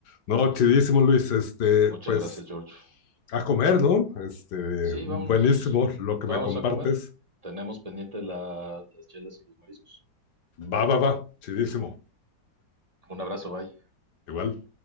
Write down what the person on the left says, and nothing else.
No, chidísimo, Luis. Este,
pues
a comer, ¿no? Este,
buenísimo
lo que
me compartes.
Va, va, va. Chidísimo.
Igual.